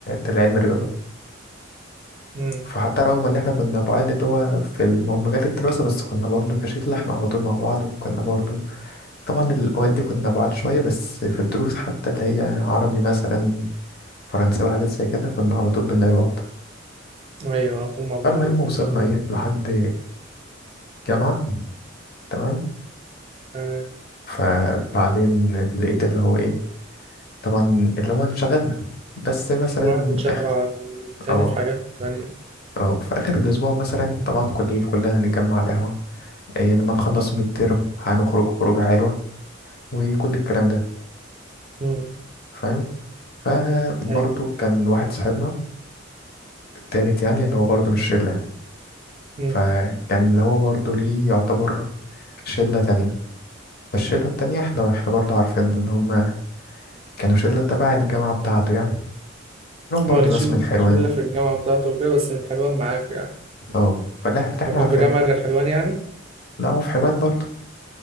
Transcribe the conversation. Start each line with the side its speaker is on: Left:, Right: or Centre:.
Left: اللي علمي رياضة
Right: امم
Left: فحتى رغم ان احنا كنا بعاد اللي هو في الم- مجال الدراسة بس كنا برضو كشلة احنا على طول مع بعض وكنا برضو طبعا الاوقات دي كنا بعاد شوية بس في الدروس حتى اللي هي عربي مثلا فرنساوي حاجات زي كده كنا على طول بنلاقي بعض
Right: ايوه على طول مع بعض
Left: فالمهم
Right: وكده
Left: وصلنا ايه لحد جامعة تمام
Right: تمام
Left: فبعدين لقيت اللي هو ايه طبعا اللي هو انشغلنا بس مثلا
Right: كل واحد انشغل
Left: اخر
Right: عن التاني
Left: اه
Right: في حاجات تانية
Left: اه في اخر الاسبوع مثلا طبعا كل كلنا هنتجمع على القهوة إيه لما نخلص ميد ترم هنخرج خروجة حلوة وكل الكلام ده
Right: امم
Left: فاهم فبرضه
Right: ايوه
Left: كان واحد صاحبنا التالت يعني اللي هو برضه مش شلة يعني.
Right: امم
Left: فكان اللي هو برضه ليه يعتبر شلة تانية فالشلة التانية احنا احنا برضه عارفينهم اللي هم كانوا شلة تبع الجامعة بتاعته يعني لهم برضه
Right: اه ليه شل-
Left: ناس من حلوان
Right: شلة في الجامعة بتاعته وكده بس من حلوان معاك يعني
Left: اه فلا احنا
Right: هو كان
Left: عارفينهم
Right: في جامعة غير حلوان يعني
Left: لا هو في حلوان برضه